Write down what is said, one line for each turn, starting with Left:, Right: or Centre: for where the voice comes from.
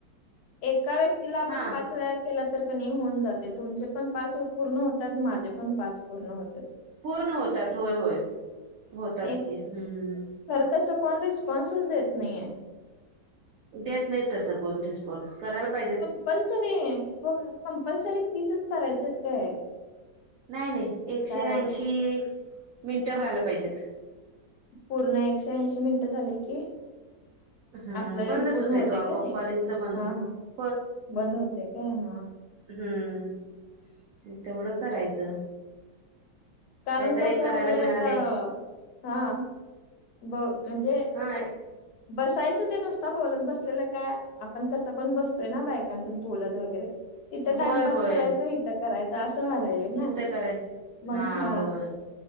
Left: एका व्यक्तीला आपण
Right: हा
Left: पाच वेळा केला तर क नी होऊन जाते तुमचे पण पाच पूर्ण होतात माझे पण पाच पूर्ण होत्यात.
Right: पूर्ण होतात होय होय होतात
Left: एक
Right: की हम्म.
Left: खरं तसं कोण रिस्पॉन्सच देत नाहीये.
Right: देत नाही तसं कोण रिस्पॉन्स करायला पाहिजेत.
Left: कपल्सरी होय कंपल्सरी तीसच करायचयत काय?
Right: नाही नाही एकशे
Left: काय
Right: ऐंशी मिनटं व्हायला पाहिजेत.
Left: पूर्ण एकशे ऐंशी मिनिटं झाले की
Right: हा
Left: आपलं
Right: बंदच
Left: पूर्ण
Right: होतोय
Left: होतय
Right: तो आपोआप
Left: का ते
Right: कॉलिंगचा बंद
Left: हा
Right: होतोय.
Left: हा बंद होतेय काय हा.
Right: हम तेवढं करायचं.
Left: कारण
Right: काहीतरी
Left: कस
Right: एक
Left: व्हाय
Right: करायला
Left: लागलंय
Right: मिळाले
Left: आता हा. ब म्हणजे
Right: हा
Left: बसायचं तेन नुसता बोलत बसलेलं काय आपण कसं पण बसतोय ना बायकांच्यात बोलत वगैरे. तिथं
Right: होय
Left: टाइमपास
Right: होय
Left: करायच इथ करायच असं व्हायला लागलं ना
Right: हित करायचं
Left: मग हा
Right: होय